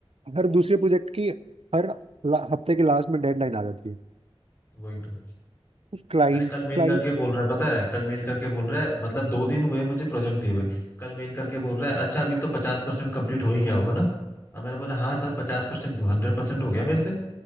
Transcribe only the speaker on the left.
वही तो
अरे कल मेल
करके बोल रहा है पता है कल मेल करके बोल रहा है मतलब दो दिन हुए मुझे प्रोजेक्ट दिए हुए कल मेल करके बोल रहा है अच्छा अभी तो पचास परसेंट कम्प्लीट हो ही गया होगा ना अब मैंने बोला हाँ सर पचास परसेंट क्यों हंड्रेड परसेंट हो गया मेरे से